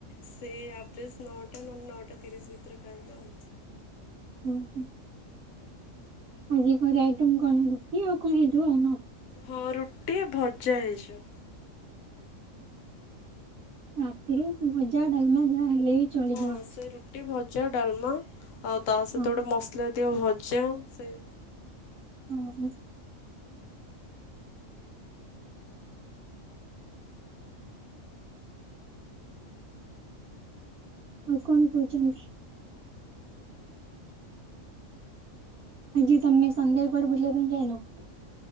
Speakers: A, on the left; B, on the right.
A: ସେଇ ଆଭ୍ରଜେ ନଅଟା ନହେଲେ ନଅଟା ତିରିଶି ଭିତରେ ଖାଇବା ଆଉ।
B: ହୁଁ ହୁଁ। ଆଜି ଘରେ ଆଇଟମ କଣ ରୁଟି ଆଉ କଣ ହେଇଥିବ ଆଉ?
A: ହଁ ରୁଟି ଭଜା ହେଇଚି।
B: ରାତିରେ ଭଜା ଡଲମା ଯାହା ହେଲେ ଚଳିଯିବ।
A: ହଁ ସେ ରୁଟି ଭ ଭଜା ଡାଲମା ଆଉ ତା ସହିତ
B: ହଁ
A: ଗୋଟେ ମସଲା ଦିଅ ଭଜା ସେଇ
B: ହୁଁ ହୁଁ। ଆଉ କଣ କହୁଚନ୍ତି? ଆଜି ତମେ ସନ୍ଧ୍ୟାରେ କୁଆଡେ ବୁଲାଵୁଲି ଯାଇନ?